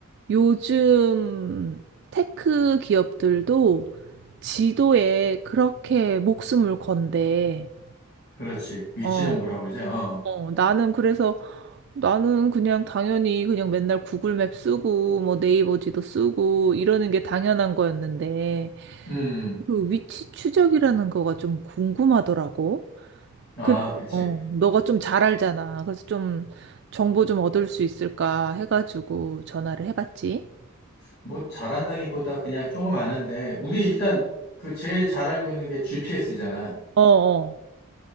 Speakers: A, on the right; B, on the left.
A: 요즘 테크 기업들도 지도에 그렇게 목숨을 건대.
B: 그렇지. 위치
A: 어.
B: 정보라 그러지. 어,
A: 어, 나는 그래서 나는 그냥 당연히 그냥 맨날 구글맵 쓰고 뭐 네이버 지도 쓰고 이러는 게 당연한 거였는데
B: 음.
A: 그 위치 추적이라는 거가 좀 궁금하더라고.
B: 아,
A: 근데
B: 그치.
A: 어, 너가 좀 잘 알잖아. 그래서 좀 정보 좀 얻을 수 있을까 해가지고 전화를 해봤지.
B: 뭐, 잘한다기보다 그냥 조금 아는데, 우리 일단 그 제일 잘 알고 있는 게 GPS잖아.
A: 어, 어,